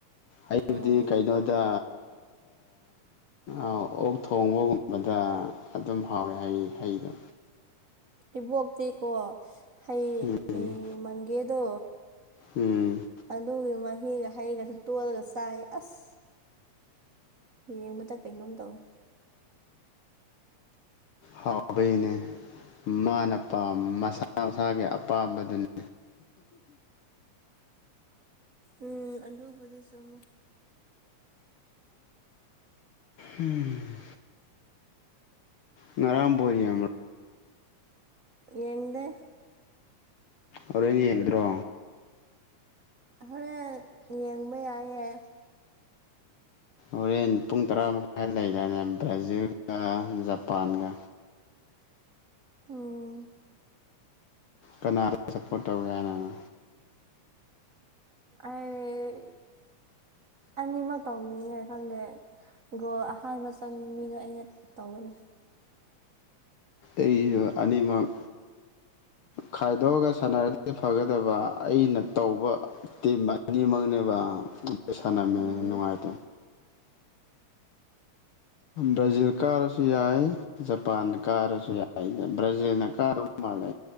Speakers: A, on the left (about 70°); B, on the right (about 75°).
A: ꯑꯩꯕꯨꯗꯤ
B: ꯎꯝ
A: ꯀꯩꯅꯣꯗ ꯑꯣꯛ ꯊꯣꯡꯕꯒꯨꯝꯕꯗ ꯑꯗꯨꯝ ꯍꯥꯎꯋꯦ ꯍꯩ ꯍꯩꯗꯣ
B: ꯏꯕꯣꯛꯇꯤꯀꯣ ꯍꯩ
A: ꯎꯝ
B: ꯃꯪꯒꯦꯗꯣ
A: ꯎꯝ
B: ꯑꯗꯨꯒꯤ ꯃꯍꯤꯒ ꯍꯩꯒꯁ ꯇꯣꯜꯂꯒ ꯆꯥꯏ ꯑꯁ ꯌꯦꯡꯕꯗ ꯀꯩꯅꯣꯝ ꯇꯧꯋꯤ
A: ꯍꯥꯎꯕꯩꯅꯦ ꯃꯥꯅꯄꯥ ꯃꯁꯥ ꯃꯁꯥꯒꯤ ꯄꯥꯝꯕꯗꯨꯅꯤ
B: ꯎꯝ ꯑꯗꯨꯕꯨꯗꯤ ꯆꯨꯝ
A: ꯎꯝ ꯉꯔ ꯄꯔꯤꯣ
B: ꯌꯦꯡꯗꯦ
A: ꯍꯣꯔꯦꯟꯅ ꯌꯦꯡꯒꯗ꯭ꯔꯣ
B: ꯍꯔ ꯌꯦꯡꯕ ꯌꯥꯏꯦ
A: ꯍꯣꯔꯦꯟ ꯄꯨꯡ ꯇꯔꯥ ꯃꯈꯥꯏ ꯂꯩꯔꯅꯦ ꯕ꯭ꯔꯥꯖꯤꯜꯒ ꯖꯄꯥꯟꯒ
B: ꯎ
A: ꯀꯅꯥꯗ ꯁꯞꯄꯣꯔꯠ ꯇꯧꯒꯦ ꯍꯥꯏꯅꯅꯣ
B: ꯑꯩ ꯑꯅꯤꯃ ꯇꯧꯅꯤꯡꯉꯦ ꯈꯪꯗꯦ ꯒꯣ ꯑꯍꯥꯟꯕ ꯃꯆꯪ ꯃꯤꯅꯣ ꯑꯩꯅ ꯇꯧꯒꯅꯤ
A: ꯑꯩꯁꯨ ꯑꯅꯤꯃꯛ ꯐꯥꯏꯗꯣꯒ ꯁꯥꯟꯅꯔꯗꯤ ꯐꯒꯗꯕ ꯑꯩꯅ ꯇꯧꯕ ꯇꯤꯝ ꯑꯅꯤꯃꯛꯅꯦꯕ ꯝꯃꯦ
B: ꯎꯝ
A: ꯅꯨꯡꯉꯥꯏꯇꯦ ꯭ꯔꯖꯤ ꯀꯥꯔꯁꯨ ꯌꯥꯏ ꯖꯄꯥꯟꯗ ꯀꯥꯔꯁꯨ ꯌꯥꯏ ꯕ꯭ꯔꯥꯖꯤꯜꯅ ꯀꯥꯔ ꯃꯥꯜꯂꯦ